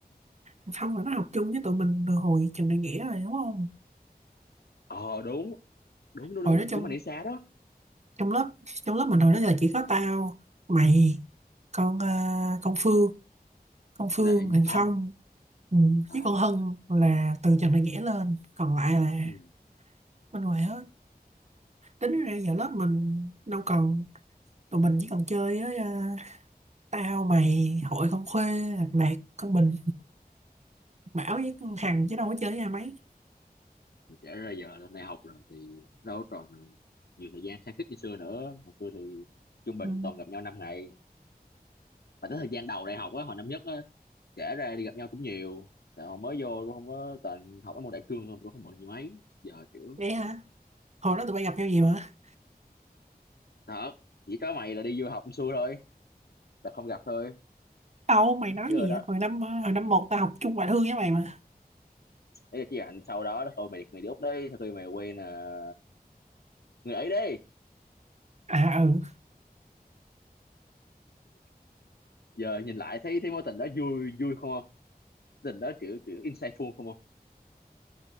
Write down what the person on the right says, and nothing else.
thằng Phong là nó học chung với tụi mình từ hồi trường đại nghĩa rồi đúng không
hồi
đó trong
trong lớp trong lớp mình hồi đó là chỉ có tao mày con ờ, con Phương con Phương
Huỳnh
Phong ừ,
với con Hân
là từ Trần Đại Nghĩa lên còn lại là
bên ngoài hết tính ra giờ lớp mình đâu còn tụi mình chỉ còn chơi với ờ, tao mày hội con Khuê Lạc Đạt con Bình Bảo với con Hằng chứ đâu có chơi với ai mấy
ừ.
vậy hả hồi đó tụi bay gặp nhau gì mà
đâu mày nói
gì
vậy hồi năm ờ, hồi năm một tao học chung ngoại thương với mày mà
à ừ